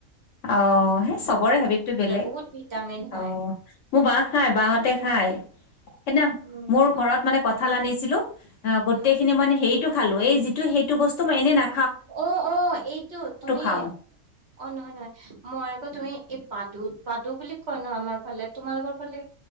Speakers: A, on the left; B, on the right.
A: অ', সেই চবৰে হেবিতটো বেলেগ।
B: বহুত ভিটামিন হয়
A: অ', মোৰ বাই খাই, বা সতে খাই, সেইদিনা
B: উম
A: মোৰ ঘৰত মানে কঠাল আনিছিলো অ গোটেই
B: উম
A: খিনি
B: উম
A: মানে হেৰিটো খালো এই যিটো সেইটো বস্তু মই এনে না
B: অ', অ', এইটো তুমি
A: খাওঁ
B: অ', নহয়, নহয়, মই আকৌ তুমি এই পাতো পাদু বুলি কয় ন আমাৰ ফালে! তোমালোকৰ ফালে